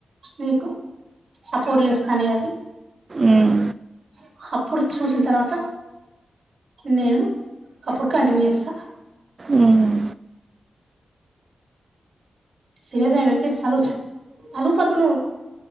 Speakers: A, on the right (about 65°); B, on the right (about 40°).
A: నీకు సపోర్ట్ చేస్తానయి అవి
B: ఉమ్
A: హ అప్పుడు చూసిన తర్వాత నేను అప్పుడు కంటిన్యూ చేస్తా
B: ఉమ్ ఉమ్
A: సీరియస్ అయినట్లే తలూపద్దు నువ్వు